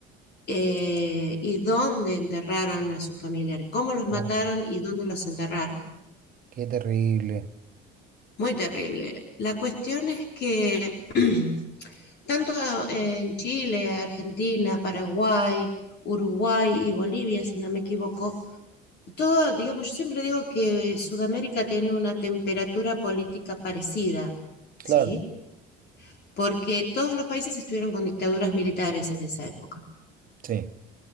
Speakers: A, on the left; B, on the right.
A: eh, y dónde enterraron a sus familiares, cómo los mataron
B: No,
A: y dónde los enterraron.
B: qué terrible.
A: Muy terrible. La cuestión es que <clears throat> tanto en Chile, Argentina, Paraguay, Uruguay y Bolivia, si no me equivoco, todo, digamos, yo siempre digo que Sudamérica tiene una temperatura política parecida, ¿sí?
B: Claro,
A: Porque todos los países estuvieron con dictaduras militares en esa época.
B: Sí,